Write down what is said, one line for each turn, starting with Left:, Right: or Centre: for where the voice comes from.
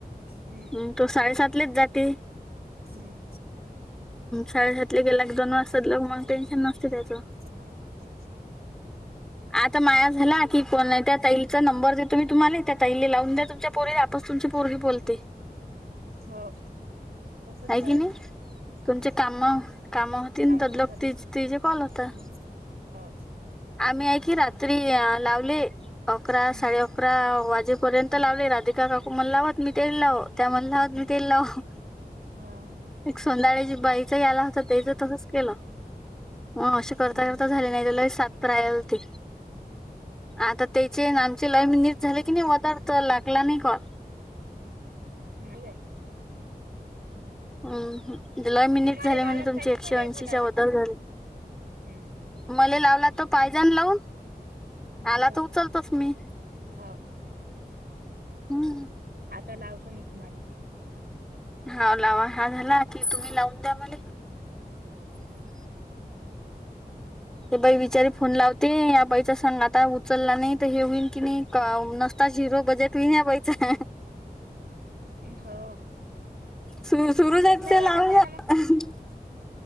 Right: हम्म
Centre: हम् तो साडे सातलेच जाते.
Right: हम्म.
Centre: साडे सातले गेला क दोन वाजतात ल मग टेन्शन नसते त्याच.
Right: <unintelligible>
Centre: आता माया झाला की कोण त्या तैलचा नंबर देतो मी तुम्हाला त्या पहिले लावून द्या तुमच्या पोरीला आताच तुमची पोरगी पळते.
Right: हो तसच
Centre: आहे
Right: करा
Centre: की नाही तुमचे काम काम त
Right: काम होतात
Centre: लोक ति
Right: ना
Centre: त जे कॉल होता
Right: मग हो
Centre: आम्ही की रात्री लावले अकरा
Right: हम्म
Centre: साडे अकरा वाज जो पर्यंत लावले राधिका काकू मण लावत मी ते लावत. त्या म्हणलात
Right: हम्म
Centre: मी तेल लाव
Right: हा
Centre: एक सो <unintelligible> बाईच आला होता त्याचं तसच केलं. ह असे
Right: हम्म.
Centre: करता करता झाले नाही त लय साप करायला होते आता त्याचे नाम ला मिनिट
Right: हो ना.
Centre: झाले की नाही वदार तर लागला नाही कॉल
Right: ह
Centre: हम् लय मिनिट
Right: तुम्हाला
Centre: झाले
Right: लावलात
Centre: म्हणजे तुमचे
Right: चालील
Centre: एकशे
Right: नाही का
Centre: ऐंशीच्या
Right: एखादा आता
Centre: <inaudible> झाले.
Right: हम्म
Centre: मला लावला तर पाहिजे ना लावून आला
Right: बर
Centre: तर उचलतोस मी.
Right: हो
Centre: हम्
Right: आता लावतो मी तुम्हाले.
Centre: ह लावा हा झाला की तुम्ही लावून द्या मले. ते बाई बिचारीे फोन लावते या बाईचा संग आता उचलला नाही तर हे होईन की नाही. का नसता झिरो बजेट होइल या बाईचा.
Right: हम्म हो
Centre: सु सुरूचयच
Right: उचलाय वाटत
Centre: लावून
Right: नाही ना मग
Centre: <unintelligible>